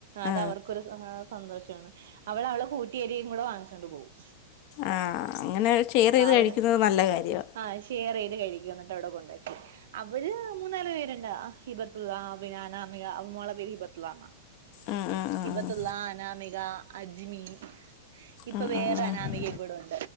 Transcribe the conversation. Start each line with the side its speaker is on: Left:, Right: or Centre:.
Left: ആ
Right: അത് അവർക്കൊരു ആഹ് സന്തോഷമാണ് അവള അവളെ കൂട്ടിയേരിയും കൂടെ വാങ്ങിച്ചുകൊണ്ട് പോവും
Left: ആ അങ്ങനെ ഷെയർ ചെയ്ത്
Right: അവിടെ
Left: കഴിക്കുന്നത് നല്ല കാര്യമാണ്
Right: ആഹ് ഷെയർ ചെയ്ത് കഴിക്കും എന്നിട്ട് അവിടെ കൊണ്ടെയ്ക്കും അവര് മൂന്നാല് പേരുണ്ട് ഹിബത്ത അഭനാന ആ മോളെ പേര് ഹിബത്തലാന്ന
Left: ആ ആ ആ ആ
Right: ഹിബത്തുള്ള അനാമിക അജ്മി ഇപ്പൊ
Left: ആ
Right: വേറെ
Left: ആ ആ
Right: അനാമികയും കൂടെ ഉണ്ട്